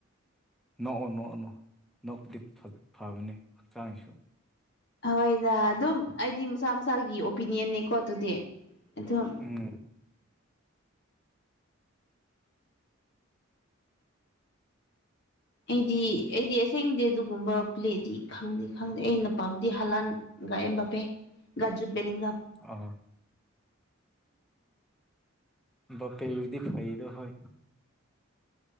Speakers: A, in the centre; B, on the left (about 55°).
A: ꯅꯣꯛꯑꯣ ꯅꯣꯛꯑꯣꯅꯣ ꯅꯣꯛꯄꯗꯤ ꯐꯒꯅꯤ ꯍꯛꯆꯥꯡꯁꯨ
B: ꯍꯣꯏꯗ ꯑꯗꯨꯝ ꯑꯩꯗꯤ ꯃꯁꯥ ꯃꯁꯥꯒꯤ ꯑꯣꯄꯤꯅꯤꯌꯟꯅꯦꯀꯣ ꯑꯗꯨꯗꯤ ꯑꯗꯨꯝ
A: ꯎꯝ
B: ꯑꯩꯗꯤ ꯑꯩꯗꯤ ꯑꯁꯦꯡꯕꯗꯤ ꯑꯗꯨꯒꯨꯝꯕ ꯄ꯭ꯂꯦꯗꯤ ꯈꯪꯗꯦ ꯈꯪꯗꯦ ꯑꯩꯅ ꯄꯥꯝꯗꯤ ꯍꯂꯥꯟ ꯑꯦꯕ ꯄꯦ ꯒꯖꯨꯕꯦꯂꯤꯒ
A: ꯑ ꯕꯄꯦꯜꯗꯤ ꯐꯩꯗꯣ ꯍꯣꯏ